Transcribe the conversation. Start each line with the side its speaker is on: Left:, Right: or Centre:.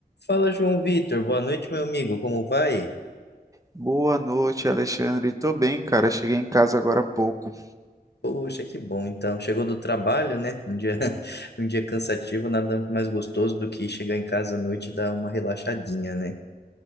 Left: Fala, João Vitor. Boa noite, meu amigo. Como vai?
Right: Boa noite, Alexandre. Tô bem, cara. Cheguei em casa agora há pouco.
Left: Poxa, que bom. Então, chegou do trabalho, né? Um dia, <laughs> um dia cansativo, nada mais gostoso do que chegar em casa à noite e dar uma relaxadinha, né?